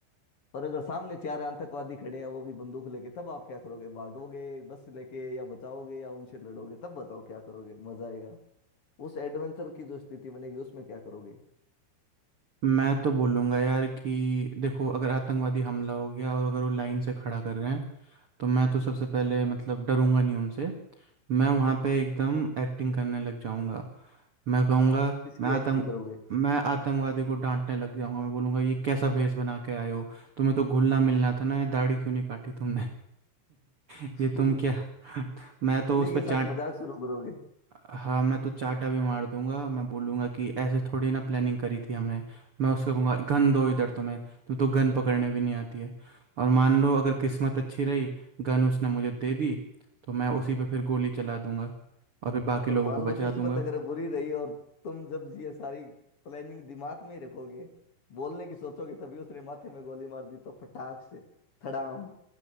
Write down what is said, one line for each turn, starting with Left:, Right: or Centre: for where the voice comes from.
Left: पर अगर सामने चार आतंकवादी खड़े हैं वो भी बंदूक लेके तब आप क्या करोगे भागोगे बस लेके या बचाओगे या उनसे लड़ोगे तब बताओ क्या करोगे मजा आएगा उस एडवेंचर की जो स्थिति बनेगी उसमें क्या करोगे
Right: मैं तो बोलूंगा यार कि देखो अगर आतंकवादी हमला हो गया और अगर वो लाइन से खड़ा कर रहे हैं तो मैं तो सबसे पहले मतलब डरूंगा नहीं उनसे मैं वहाँ पे एकदम एक्टिंग करने लग जाऊंगा मैं कहूँगा
Left: किसकी
Right: मैं आतंक
Left: एक्टिंग करोगे
Right: मैं आतंकवादी को डांटने लग जाऊंगा मैं बोलूंगा ये कैसा भेष बना के आए हो तुम्हें तो घुलना मिलना था ना ये दाढ़ी क्यों नहीं काटी तुमने
Left: <laughs>
Right: <laughs> ये तुम क्या मैं तो
Left: उन्हीं
Right: उस पर
Left: के
Right: चाट
Left: साथ मजाक शुरू करोगे
Right: हाँ मैं तो चाटा भी मार दूंगा मैं बोलूंगा कि ऐसे थोड़ी ना प्लानिंग करी थी हमने मैं उसको कहूँगा गन दो इधर तुम्हें तुम्हें तो गन पकड़ने भी नहीं आती है और मान लो अगर किस्मत अच्छी रही गन उसने मुझे दे दी तो मैं उसी पे फिर गोली चला दूंगा और फिर बाकी
Left: और
Right: लोगों
Left: मान
Right: को बचा
Left: लो किस्मत
Right: दूंगा
Left: अगर बुरी रही और तुम जब ये सारी प्लानिंग दिमाग में ही रखोगे बोलने की सोचोगे तभी उसने माथे में गोली मार दी तो फटाक से थड़ाम